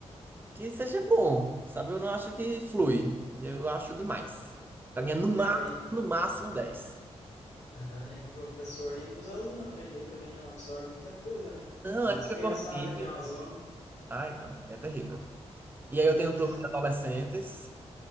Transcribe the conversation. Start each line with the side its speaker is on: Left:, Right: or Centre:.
Right: que seja bom, sabe? Eu não acho que flui. Eu acho demais. Pra mim é no máximo,
Left: É, nem,
Right: no máximo 10.
Left: aham, nem pro professor, nem para os alunos aprender também não absorve muita coisa, né?
Right: Não,
Left: Ainda mais
Right: aí fica
Left: criançada,
Right: corrido.
Left: que é uma zona.
Right: Ai, não, né? é terrível. E aí eu tenho
Left: E
Right: turma
Left: os...
Right: de adolescentes.